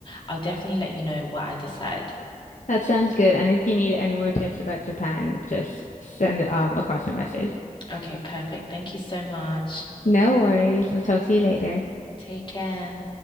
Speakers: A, on the left; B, on the left.
A: I'll definitely let you know what I decide.
B: That sounds good. And if you need any more tips about Japan, just send um across a message.
A: Okay, perfect. Thank you so much.
B: No worries. We'll talk to you later.
A: Take care.